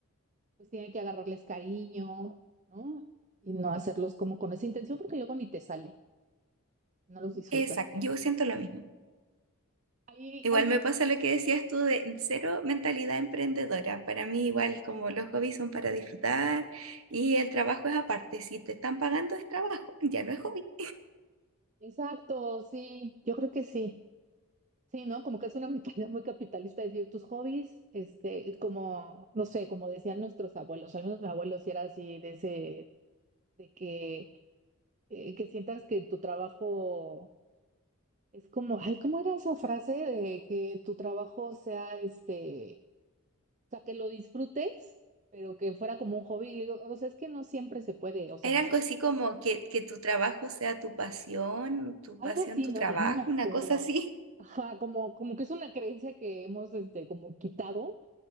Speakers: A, on the right; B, on the right.
A: pues tiene que agarrarles cariño, ¿no? Y no hacerlos como con esa intención porque luego ni te sale, no los disfrutas.
B: Exacto, yo siento lo mismo.
A: Hay,
B: Igual
A: hay
B: me
A: un...
B: pasa lo que decías tú de cero mentalidad emprendedora. Para mí igual como los hobbies son para disfrutar y el trabajo es aparte. Si te están pagando es trabajo, ya no es hobby.
A: Exacto, sí, yo creo que sí. Sí, ¿no? Como que es una <laughs> mentalidad muy capitalista decir tus hobbies, este, como, no sé, como decían nuestros abuelos, al menos mi abuelo sí era así, de ese, de que, eh, que sientas que tu trabajo es como, ay, ¿cómo era esa frase de que tu trabajo sea, este, o sea, que lo disfrutes, pero que fuera como un hobby? Y digo, o sea, es que no siempre se puede, o sea,
B: Era algo así como que, que tu trabajo sea tu pasión, tu
A: algo
B: pasión,
A: así,
B: tu
A: ¿no?
B: trabajo,
A: Ya no me acuerdo.
B: una cosa así.
A: Ajá, como, como que es una creencia que hemos, este, como quitado